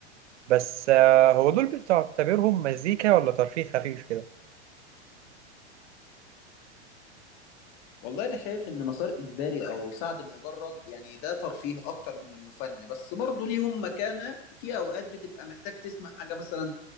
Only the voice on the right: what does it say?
بس آه، هو دول بتعتبرهم مزيكا ولا ترفيه خفيف كده